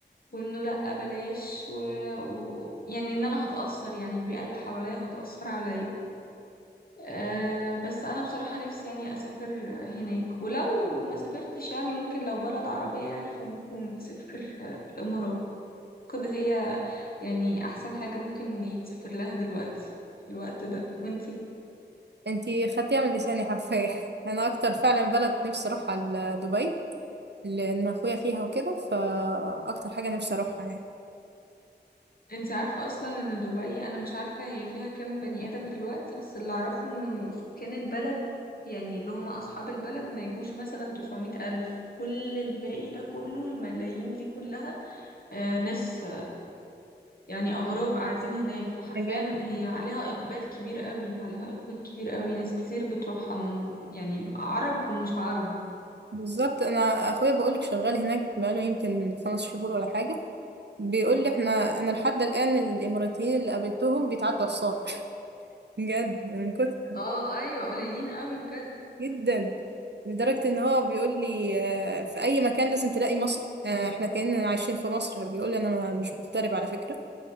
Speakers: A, on the left (about 55°); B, on the right (about 70°).
A: وانه لا بلاش و... و... و- يعني ان انا هتاثر يعني البيئه اللي حواليا هتاثر عليا أه بس انا بصراحة نفسي يعني اسافر هناك ولو ما سافرتش يعني ممكن لو بلد عربية يعني فممكن اسافر آه، الامارات كده هي يعني احسن حاجة ممكن يتسافر لها دلوقتي في الوقت ده وانتي
B: انتي خدتيها من لساني حرفيا <laughs> انا اكتر فعلا بلد نفسي اروحها ل- دبي لان اخويا فيها وكده فاكتر حاجة نفسي اروحها يعني
A: انتي عارفة اصلا ان دبي انا مش عارفة هي فيها كام بني ادم دلوقتي بس اللي اعرفه انه سكان البلد يعني اللي هم اصحاب البلد ما يجوش مثلا 900 الف كل الباقي ده كله الملايين دي كلها آه، ناس يعني أغراب قاعدين هناك فحرفيا
B: أجانب.
A: هي عليها إقبال كبير قوي عليها إقبال كبير قوي ناس كتير بتروحها من يعني عرب ومش عرب
B: بالظبط انا اخويا بقولك شغال هناك بقاله يمكن خمس شهور ولا حاجة بيقول لي احنا انا لحد الان الاماراتيين اللي قابلتهم بيتعدوا على الصابع <laughs> بجد من كتر
A: اه ايوه قليلين قوي بجد
B: جدا لدرجة ان هو بيقول لي آه، في اي مكان لازم تلاقي مصر آه، احنا كأننا عايشين في مصر بيقول لي انا ما- مش مغترب على فكرة